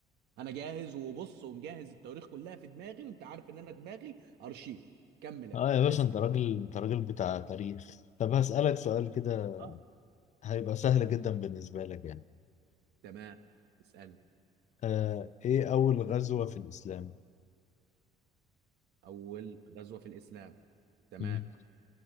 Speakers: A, on the right (about 80°); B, on the left (about 45°).
A: انا جاهز وبص ومجهز التواريخ كلها في دماغي وانت عارف ان انا دماغي ارشيف كمل يا
B: اه
A: باشا
B: يا باشا
A: اسال
B: انت راجل انت راجل بتاع تاريخ طب هسألك سؤال كده
A: اه
B: هيبقى سهل جدا بالنسبة لك يعني
A: تمام اسالني
B: آه ايه أول غزوة في الإسلام؟
A: اول غزوه في الاسلام تمام
B: مم.